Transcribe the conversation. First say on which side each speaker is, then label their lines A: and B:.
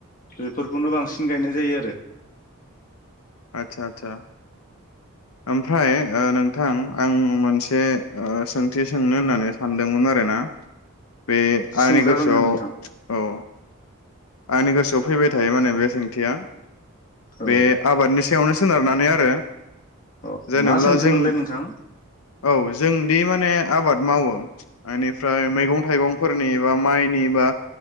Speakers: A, on the left; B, on the left.
A: बेफोरखौनो बांसिन गायनाय जायो आरो
B: आतसा आतसा ओमफ्राय ओ नोंथां आं मोन मोनसे ओ सोंथिस सोंनो होननानै सानदोंमोन आरो ना <unintelligible> बे
A: सोंजागोन
B: आंनि गोसोआव
A: दे नोंथां
B: औ आंनि गोसोआव फैबाय थायो माने बे सोंथिया
A: औ
B: बे आबादनिस सायावनो सोनारनानै आरो
A: अ
B: जेनेब्ला
A: मा सोंथिमोनलाय
B: जों
A: नोंथां?
B: औ जोंदि माने आबाद मावो एनिफ्राय मैगं थाइगंफोरनि बा माइनि बा